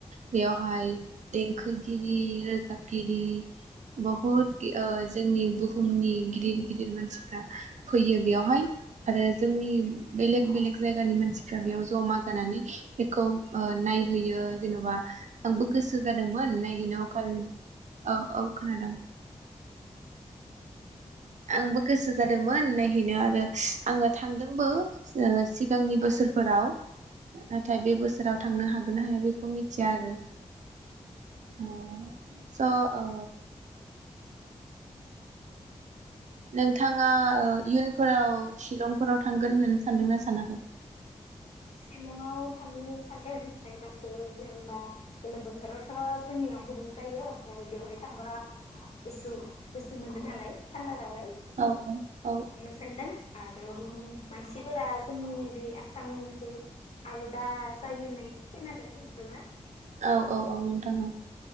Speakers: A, on the right; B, on the left.
A: बेयावहाय देंखोगिरि रोजाबगिरि बहुद ओ जोंनि बुहुमनि गिदिर गिदिर मानसिफ्रा फैयो बेयावहाय आरो जोंनि बेलेग
B: खोनादों
A: बेलेग जायगानि मानसिफ्रा बेयाव जमा जानानै बेखौ ओ नायहैयो जेन'बा आंबो गोसो जादोंमोन न औ औ खोनादों आंबो गोसो जादोंमोन नायहैनो आरो आङो थांदोंबो ओ सिगांनि बोसोर फोराव नाथाय बे बोसोराव थांनो हा गोनना हाया बेखौ मिथिया आरो ओ स' ओ
B: <inaudible>
A: नोंथाङा ओ इयुनफोराव शिलंफोराव थांगोन होननानै सानदोंना सानाखै
B: शिलंआव थांनो सानदों जायगाफोर जेनेबा गोलोम बोथोरावथ' जोंनियाव गुदुं जायो ओमफाय बेवहाय थांबा गुसु गुसु मोनो नालाय थान्दा नालाय
A: औ औ
B: थांनो सान्दों आदाव बि मानसिफोरा जोंनि बे आ सामनिख्रुइ आलदा जायो होन्नाय खोनादों नंगौना
A: औ औ औ नोंथां औ